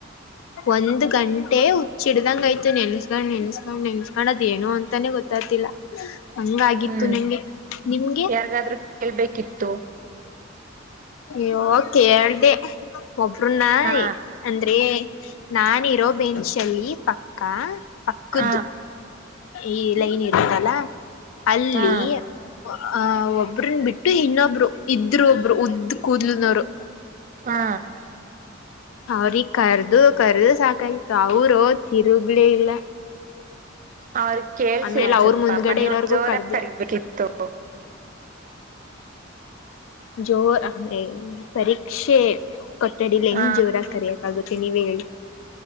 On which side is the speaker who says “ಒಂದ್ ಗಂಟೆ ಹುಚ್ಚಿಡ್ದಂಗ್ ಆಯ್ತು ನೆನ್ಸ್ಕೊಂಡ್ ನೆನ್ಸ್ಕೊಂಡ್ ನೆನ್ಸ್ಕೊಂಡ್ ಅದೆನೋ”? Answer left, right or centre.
Left